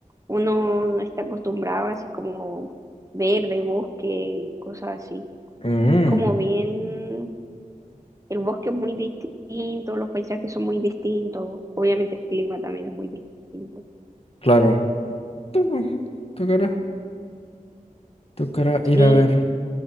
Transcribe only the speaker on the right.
uno está acostumbrado, así como verde, bosque, cosas así.
Es como bien El bosque es muy distinto, los paisajes son muy distintos, obviamente el clima también es muy distinto.
Sí,